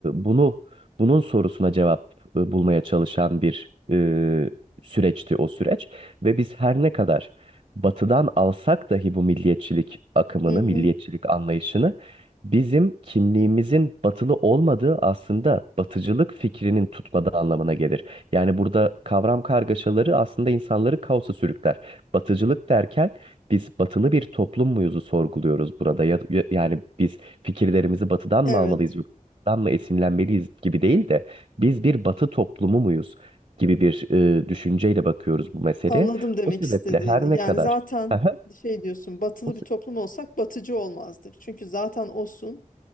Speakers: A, on the right; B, on the left.
A: bunu bunun sorusuna cevap e, bulmaya çalışan bir e, süreçti o süreç ve biz her ne kadar Batı'dan alsak dahi bu milliyetçilik akımını,
B: hı, hı.
A: milliyetçilik anlayışını bizim kimliğimizin batılı olmadığı aslında batıcılık fikrinin tutmadığı anlamına gelir. Yani burada kavram kargaşaları aslında insanları kaosa sürükler. Batıcılık derken biz batılı bir toplum muyuzu sorguluyoruz burada. Ya, ya- yani biz fikirlerimizi batıdan
B: Evet
A: mı almalıyız, yurttan mı esinlenmeliyiz gibi değil de biz bir batı toplumu muyuz gibi bir e, düşünceyle bakıyoruz bu meseleye.
B: anladım demek
A: O sebeple
B: istediğini.
A: her ne
B: Yani
A: kadar
B: zaten
A: <laughs> Aha,
B: şey diyorsun batılı
A: o se-
B: bir toplum olsak batıcı olmazdık. Çünkü zaten olsun.